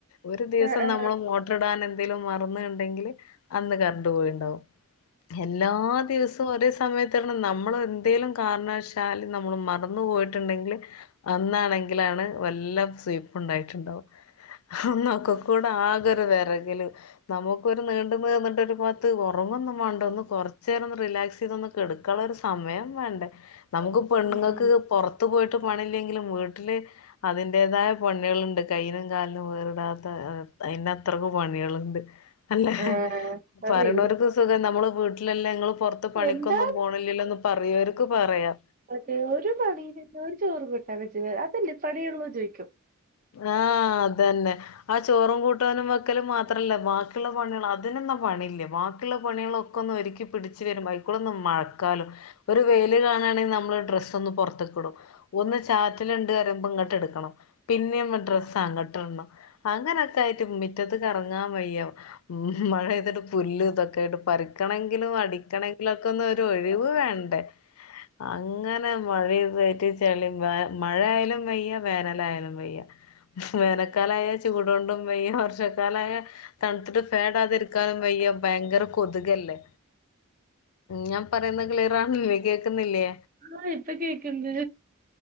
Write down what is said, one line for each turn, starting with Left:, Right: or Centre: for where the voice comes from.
Left: ഒരു ദിവസം
Right: ആഹ് ആഹ്
Left: നമ്മൾ മോട്ടർ ഇടാൻ എന്തേങ്കിലും മറന്നുണ്ടെങ്കില് അന്ന് കറണ്ട് പോയിണ്ടാവും. എല്ലാ ദിവസവും ഒര് നമ്മൾ എന്തെങ്കലും കാരണവശാല് നമ്മള് മറന്ന് പോയിട്ടുണ്ടെങ്കിൽ അന്നാണെങ്കിലാണ് വല്ലാം സുയ്പ്പ് ഇണ്ടായിട്ടുണ്ടാവും. ന്നൊക്കെ കൂടെ ആകെരു വരകല് നമുക്കൊ ഒരു നീണ്ട എന്നിട്ടൊ ഒരു പാത്ത് ഒർങ്ങൊന്നും മാണ്ട ഒന്ന് കൊർച്ചേരം റിലാക്സെയ്ത് ഒന്ന് കെട്ക്കാനുള്ള രു സമയം. വേണ്ടേ നമുക്ക് പെണ്ണുങ്ങൾക്ക്
Right: ഉം ഉം
Left: പൊർത്ത് പോയിട്ട് പണില്ലെങ്കിലും വീട്ട അതിന്റതായ പണിയള്ണ്ട് കയ്യിനും കാലി വേറ്ടാത്ത അയ്ന് അത്രക്ക പണികളുണ്ട് അല്ല
Right: ആഹ് അത്
Left: പരിണോർക്ക്
Right: പിന്നെ
Left: സുഖം നമ്മള് വീട്ടിലല്ലാം ഇങ്ങള് പൊർത്ത് പണിക്കൊന്നും
Right: എന്താ
Left: പോണില്ലല്ലോന്ന് പറയവർക്ക് പറയാ
Right: അതേ ഒരു പണിന്നെ ഒരു ചോറ് കൂട്ടാനാ അതല്ലേ പണിയുള്ള ചോയിക്കും.
Left: ആഹ അതന്നെ ആ ചോറും കൂട്ടാനും വെക്കലും മാത്ര അത്രല്ല ബാക്കിയുള്ള പണികൾ അതിനൊന്നും പണില്ലേ ബാക്കിയുള്ള പണികളൊക്കെ ഒന്ന് ഒരുക്കി പിടിച്ച് വരും അയക്കൂടെന്ന് മ മഴക്കാലം ഒര് വെയില് കാണാണെ നമ്മള് ഡ്രസ്സ്‌ ഒന്ന് പൊർത്ക്ടും ഒന്ന് ചാറ്റൽ ണ്ട്‌ മ്പ ഇങ്ങട്ട് എടുക്കണം. പിന്നേം ഡ്രസ്സ് അങ്ങിട്ടണം അങ്ങനൊക്കെ ആയിട്ട് മിറ്റത്ത്ക്ക് എറങ്ങാൻ വയ്യാ ഉം മഴ പെയ്തിട്ട് പുല്ല് ഇതൊ ക്കട്ട് പറിക്കണങ്കിലും അടിക്കണെങ്കിലൊക്കെ ഒന്ന് ഒര് ഒഴിവ് വേണ്ടേ അങ്ങനെ വഴി തെറ്റ ചെളിയ വ മഴയാലും വെയ്യ വേനലായാലും. വയ്യ വേനക്കാലായ ചൂടണ്ടും വയ്യ വർഷക്കാലയ തണുത്തിട്ട് ഫേൻ ഇ ക്കാൻ വയ്യ ഭയകര കൊത്ക് അല്ലേ ഞാൻ പറയുന്നെ ക്ലിയർ ആനില്ലേ കേക്കുന്നില്ലേ?
Right: ആഹ് ഇപ്പൊ കേക്കുണ്ട്.